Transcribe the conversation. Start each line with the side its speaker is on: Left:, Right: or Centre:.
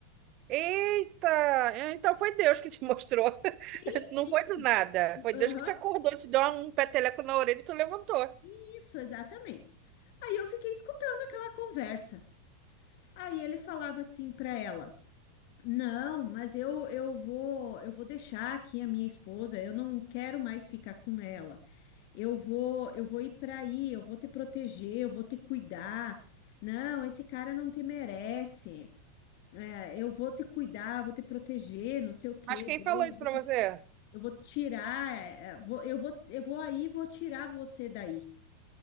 Right: Eita! Então foi Deus que te mostrou. <laughs>
Left: Sim,
Right: Não
Left: sim.
Right: foi do nada. Foi
Left: Aham.
Right: Deus que te acordou, te deu um peteleco na orelha e tu levantou.
Left: Isso, exatamente. Aí eu fiquei escutando aquela conversa. Aí ele falava assim para ela: "Não, mas eu eu vou, eu vou deixar aqui a minha esposa, eu não quero mais ficar com ela." Eu vou, eu vou ir para aí, eu vou te proteger, eu vou te cuidar. Não, esse cara não te merece. É, eu vou te cuidar, eu vou te proteger, não sei o que
Right: Mas quem
Left: dele,
Right: falou isso
Left: vou
Right: pra
Left: te-
Right: você?
Left: eu vou tirar, é, é, vou- eu vou, eu vou aí, e vou tirar você daí.